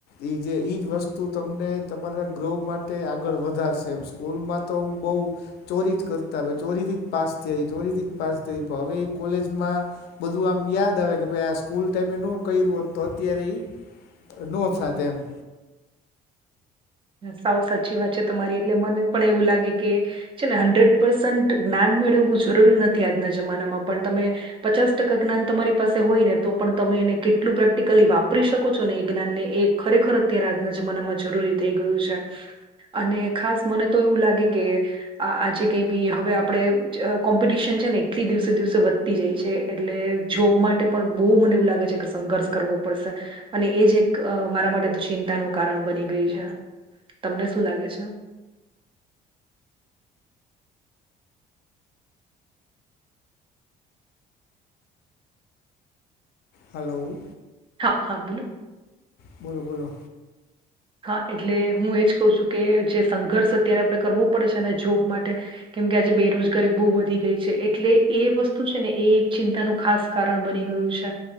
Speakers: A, on the left; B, on the right.
A: એ જે એ જ વસ્તુ તમને તમારા ગ્રો માટે આગળ વધ વધારશે એમ સ્કૂલમાં તો હું બહુ ચોરી જ કરતા ચોરીથી જ પાસ થયા ચોરીથી પાસ થ ઈ હવે ઈ કોલેજમાં બધું આમ યાદ આવે કે ભાઈ આ સ્કૂલ ટાઈમે ન ક્યું હોત તો અત્યારે ઈ. નો થાત એમ.
B: સાવ સાચી વાત છે તમારી એટલે મને પણ એવું લાગે કે છે ને હંડ્રેડ પર્સન્ટ જ્ઞાન મેળવવું જરૂરી નથી આજના જમાનામાં પણ તમે પચાસ ટકા જ્ઞાન તમારી પાસે હોય ને તો પણ તમે એને કેટલું પ્રેક્ટિકલી વાપરી શકો છો ને એ જ્ઞાનને એક ખરેખર અત્યારે આજના જમાનામાં જરૂરી થ ઈ ગયું છે. અને ખાસ મને તો એવું લાગે કે આજે કઈ પી હવે આપડણે કોમ્પિટિશન છે ને એટલી દિવસે દિવસે જાય છે એટલે જોબ માટે પણ મને એવું લાગે છે સંઘર્ષ કરવો પડશે. અને એજ એક મારા માટે તો ચિંતાનું કારણ બની ગયુ. તમને શું લાગે છે?
A: હલો.
B: હા હા બોલો.
A: બોલો બોલો.
B: હા એટલે હું એજ કહુ છું કે જે સંઘર્ષ અત્યારે આપણે કરવું પડે છે ને જોબ માટે. કેમ કે આજે બેરોજગારી બહુ વધી ગઈ છે એટલે એ વસ્તુ છે ને એ એક ચિંતાનું ખાસ કારણ બની ગયું છે.